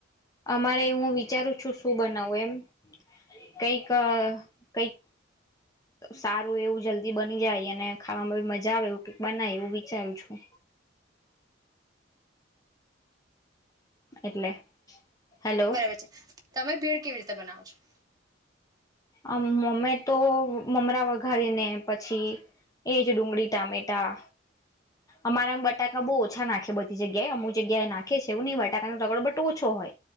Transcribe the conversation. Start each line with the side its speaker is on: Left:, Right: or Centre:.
Left: અમારે હું વિચારું છું શું બનાવું એમ કઈક અ કઈક સારું એવું જલ્દી બની જાય અને ખાવામાં મજા આવે એ ક બનાય એવું વિચારું છું. એટલે. હેલો
Right: બરાબર છે તમે ભીડ કેવી રીતે બનાવ છો?
Left: આમ મમે તો મમરા વઘારી ને પછી એજ ડુંગળી ટામેટા. અમારા બટાકા બહુ ઓછા નાખે બધી જગ્યાએ અમુ જગ્યાએ એ નાખે છે એવું નહીં બટાકાનો ટગડો બટો ઓછો હોય.